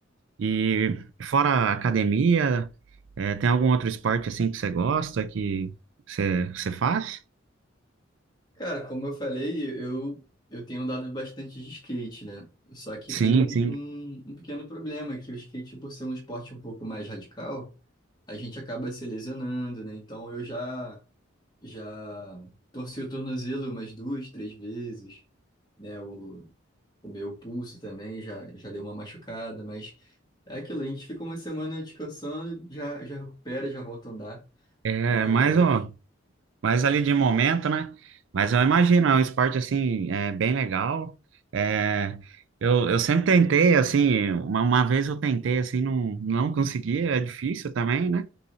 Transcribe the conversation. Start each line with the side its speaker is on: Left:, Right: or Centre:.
Right: E fora a academia, é, tem algum outro esporte assim que você gosta, que você, você faz?
Left: Cara, como eu falei, eu, eu tenho andado bastante de skate, né? Só que
Right: Sim,
Left: tem um, um,
Right: sim.
Left: um pequeno problema, que o skate, por ser um esporte um pouco mais radical, a gente acaba se lesionando, né? Então eu já, já torci o tornozelo umas duas, três vezes, né? O, o meu pulso também já, já deu uma machucada, mas é aquilo, a gente fica uma semana descansando, já, já recupera, já volta a andar,
Right: É,
Left: mas...
Right: mas, ó, mas ali de momento, né? Mas eu imagino, é um esporte assim, é, bem legal. É, eu, eu sempre tentei, assim, uma, uma vez eu tentei, assim, não, não consegui, é difícil também, né?